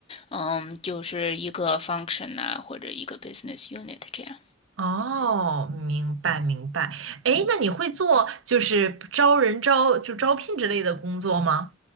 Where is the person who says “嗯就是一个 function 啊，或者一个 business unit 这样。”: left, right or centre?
Left